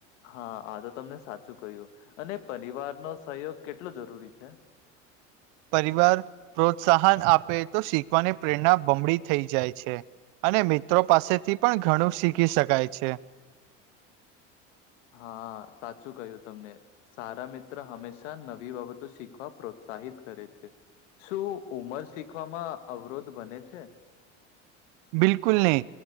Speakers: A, on the left; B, on the right.
A: હા આ તો તમને સાચું કહ્યું અને પરિવાર નો સહયોગ કેટલો જરૂરી છે.
B: પરિવાર પ્રોત્સાહન આપે તો શીખવાની પ્રેરણા બમડી થઈ જાય છે. અને મિત્રો પાસેથી પણ ઘણું શીખી શકાય છે.
A: હા સાચું કહ્યું તમને. સારા મિત્ર હંમેશા નવી બાબતો શીખવા પ્રોત્સાહિત કરે છે. શું ઉમર શીખવામાં અવરોધ બને છે.
B: બિલકુલ નહી